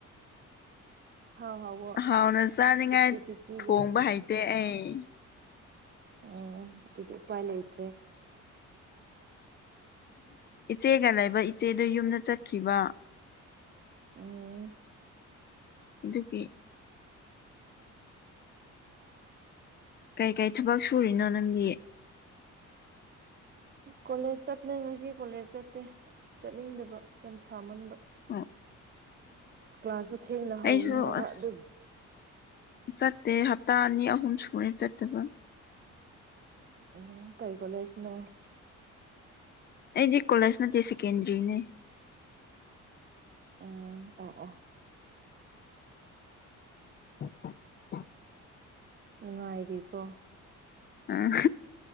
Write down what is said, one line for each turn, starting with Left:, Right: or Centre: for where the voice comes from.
Right: ꯍꯥꯎ ꯍꯥꯎ ꯋꯥ
Left: ꯍꯥꯎꯅ ꯆꯥꯅꯤꯡꯉꯥꯏ
Right: ꯐꯤꯇꯤ ꯐꯤꯐꯇꯤ
Left: ꯊꯣꯡꯕ
Right: ꯀꯂꯣ
Left: ꯍꯩꯇꯦ ꯑꯩ
Right: ꯎꯝ ꯑꯗꯨꯁꯨ ꯎꯄꯥꯏ ꯂꯩꯇ꯭ꯔꯦ
Left: ꯏꯆꯦꯒ ꯂꯩꯕ ꯏꯆꯦꯗ ꯌꯨꯝꯗ ꯆꯠꯈꯤꯕ
Right: ꯎꯝ
Left: ꯑꯗꯨꯒꯤ ꯀꯩꯀꯩ ꯊꯕꯛ ꯁꯨꯔꯤꯅꯣ ꯅꯪꯗꯤ
Right: ꯀꯣꯂꯦꯖ ꯆꯠꯄꯅꯦ ꯉꯁꯤ ꯀꯣꯂꯦꯖ ꯆꯠꯇꯦ ꯆꯠꯅꯤꯡꯗꯕ ꯌꯥꯝ ꯁꯥꯃꯟꯕ
Left: ꯑꯣ
Right: ꯀ꯭ꯂꯥꯁꯁꯨ ꯊꯦꯡꯅ ꯍꯧꯅꯤ
Left: ꯑꯩꯁꯨ
Right: ꯍꯥꯏꯕ
Left: ꯑꯁ
Right: ꯑꯗꯨ
Left: ꯆꯠꯇꯦ ꯍꯞꯇꯥ ꯑꯅꯤ ꯑꯍꯨꯝ ꯁꯨꯔꯦ ꯆꯠꯇꯕ
Right: ꯎꯝ ꯀꯩ ꯀꯣꯂꯦꯖꯅꯣ
Left: ꯑꯩꯗꯤ ꯀꯣꯂꯦꯖ ꯅꯠꯇꯦ ꯁꯦꯀꯦꯟꯗꯔꯤꯅꯤ
Right: ꯎꯝ ꯑꯣ ꯑꯣ
Left: p
Right: ꯅꯨꯡꯉꯥꯏꯔꯤꯀꯣ
Left: ꯑꯥ